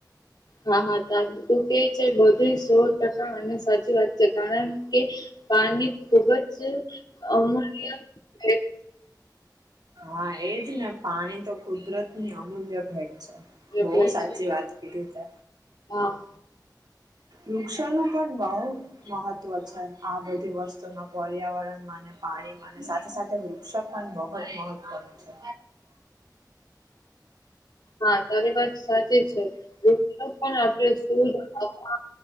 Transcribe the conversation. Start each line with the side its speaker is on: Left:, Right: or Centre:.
Left: હા હા તા તું કેય છે બધુંય સો ટકા અને સાચી વાત છે કારણ કે પાની ખુબ જ અમૂલ્ય ભેટ
Right: હા એજ ને પાણી તો કુદરતની અમૂલ્ય ભેટ છે. બઉ
Left: ભેટ
Right: સાચી
Left: છે
Right: વાત કીધુ તે
Left: હા.
Right: વૃક્ષોનું પણ બઉ મહત્વ છે આ બધી વસ્તુમાં પર્યાવરણ માને પાણીમાંને સાથે સાથે વૃક્ષો પણ બોહ જ મહત્વનું છે.
Left: હા તારી વાત સાચી છે વૃક્ષો પણ આપણે સુધ હવા